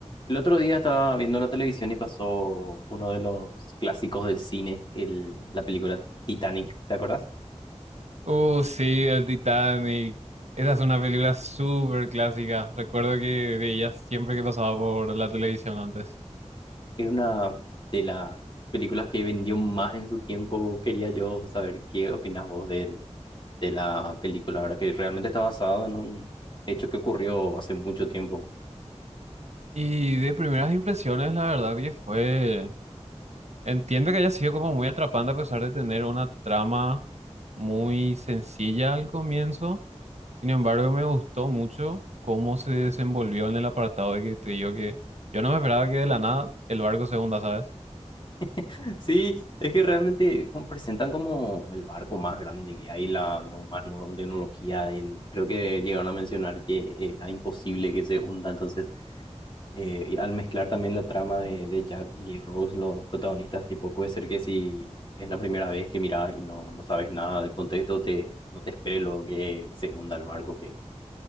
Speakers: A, on the left; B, on the right.
A: El otro día estaba viendo la televisión y pasó uno de los clásicos del cine, el- la película Titanic, ¿te acordás?
B: Uh, sí, el Titanic. Esa es una película súper clásica. Recuerdo que veía siempre que pasaba por la televisión antes.
A: Es una de las películas que vendió más en su tiempo. Quería yo saber qué opinas vos del- de, la película, ¿verdad? Que realmente está basada en un hecho que ocurrió hace mucho tiempo.
B: Y de primeras impresiones, la verdad que fue... Entiendo que haya sido como muy atrapante a pesar de tener una trama muy sencilla al comienzo. Sin embargo, me gustó mucho cómo se desenvolvió en el apartado de que te digo que yo no me esperaba que de la nada el barco se hunda, ¿sabes?
A: <laughs> Sí, es que realmente como presentan como el barco más grande que hay, la, lo más nuevo en tecnología. el- creo que llegaron a mencionar que era imposible que se hunda, entonces... Eh, y al mezclar también la trama de, de Jack y Rose, los protagonistas, tipo, puede ser que si es la primera vez que miras y no, no sabes nada del contexto, te, no te espere lo que se hunda el barco que